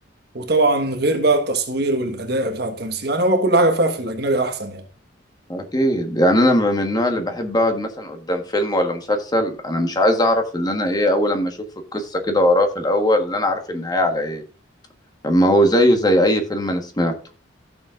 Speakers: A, on the right; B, on the left.
A: وطبعا غير بقى التصوير والاداء بتاع التمثيل يعني هو كل حاجه فيها في الاجنبي احسن يعني
B: اكيد يعني انا من النوع اللي بحب اقعد مثلا قدام فيلم ولا مسلسل انا مش عايز اعرف اللي انا ايه اول لما اشوف القصه كده واقراها في الاول اللي انا عارف النهايه على ايه اما هو زيه زي اي فيلم انا سمعته